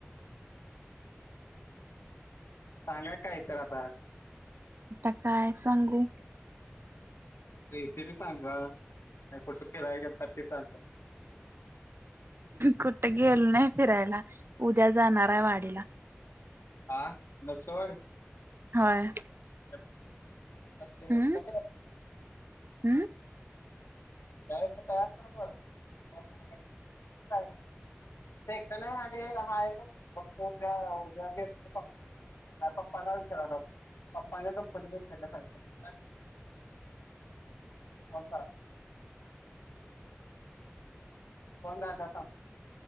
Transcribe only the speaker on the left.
सांगा काय तर आता.
येते ती सांगा, नाही कुठं फिराय गेलता ते सांगा.
आ नगसवाड.
<inaudible> <unintelligible>
त्या तयार. <unintelligible> <unintelligible> ते राहाय फक्त उद्या‌ उद्या ग त <inaudible> फ पप्पला विचार <unintelligible> पप्पाला कंपनीलाण्या <inaudible> सांगितल्या. <inaudible> कोणता? फोन दा आता